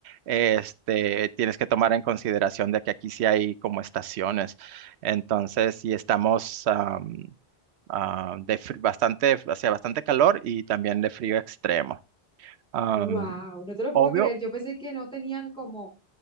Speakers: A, on the right (about 85°); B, in the centre.
A: este, tienes que tomar en consideración de que aquí sí hay como estaciones. Entonces, si estamos am, ah, de fr- bastante, hacía bastante calor y también de frío extremo. Am,
B: Wow, no te lo
A: obvio.
B: puedo creer. Yo pensé que no tenían como